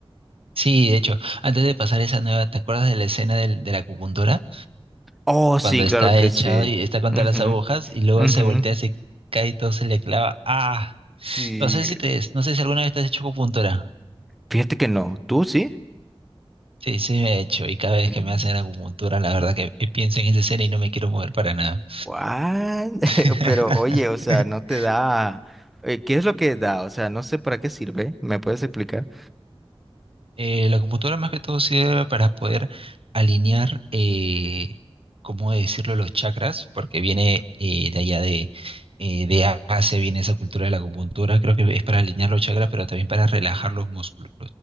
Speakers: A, on the right; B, in the centre.
A: Sí, de hecho, antes de pasar esa nueva, ¿te acuerdas de la escena del- de la acupuntura?
B: Oh,
A: Cuando
B: sí,
A: está
B: claro que
A: echado
B: sí.
A: y está con
B: Ujú,
A: todas las agujas y luego
B: ujú.
A: se voltea, se cae y todo se le clava. Ah,
B: Sí.
A: no sé si te, no sé si alguna vez te has hecho acupuntura.
B: Fíjate que no, ¿tú sí?
A: Sí, sí me he hecho. Y cada vez
B: Mm.
A: que me hacen acupuntura, la verdad que eh, pienso en esa escena y no me quiero mover para nada.
B: What? <laughs>
A: <laughs>
B: Pero oye, o sea, no te da... eh, ¿Qué es lo que da? O sea, no sé para qué sirve. ¿Me puedes explicar?
A: Eh, la computadora más que todo sirve para poder alinear, eh, ¿cómo decirlo?, los chakras, porque viene eh, de allá de, eh, de Asia, viene esa cultura de la acupuntura, creo que es para alinear los chakras, pero también para relajar los músculos,